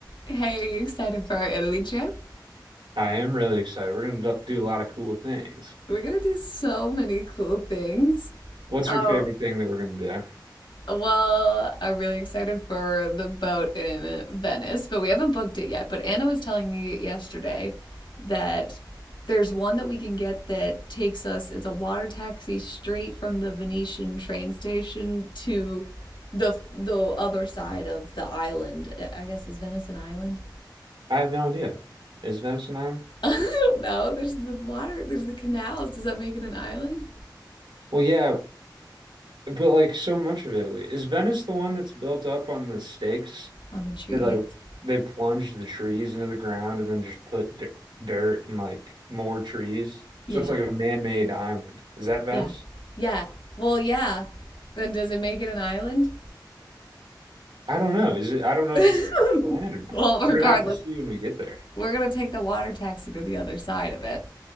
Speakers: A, on the left; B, on the right.
A: Hey, are you excited for our Italy trip?
B: I am really excited. We're gonna do a lot of cool things.
A: We're gonna do so many cool things.
B: What's
A: Oh,
B: your favorite thing that we're gonna do?
A: well, I'm really excited for the boat in Venice, but we haven't booked it yet. But Anna was telling me yesterday that there's one that we can get that takes us, it's a water taxi straight from the Venetian train station to the the other side of the island. I guess is Venice an island?
B: I have no idea. Is Venice an island?
A: <laughs> I don't know. There's the water, there's the canals. Does that make it an island?
B: Well, yeah, but like so much of Italy. Is Venice the one that's built up on the stakes
A: on the trees.
B: that like they plunged the trees into the ground and then just put dirt, dirt and like more trees?
A: Yeah,
B: So it's like a man-made island. Is that Venice?
A: yeah, yeah. Well, yeah. Then does it make it an island?
B: I don't know. Is it? I don't know
A: <laughs>
B: if it's attached to land or not.
A: Well,
B: We're
A: regardless,
B: gonna have to see when we get there.
A: we're gonna take the water taxi to the other side of it.